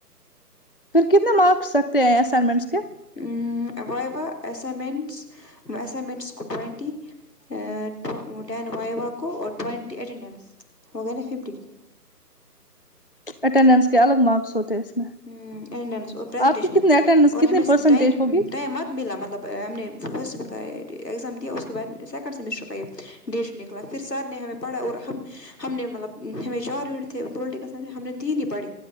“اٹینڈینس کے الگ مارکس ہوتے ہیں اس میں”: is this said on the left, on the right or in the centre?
Left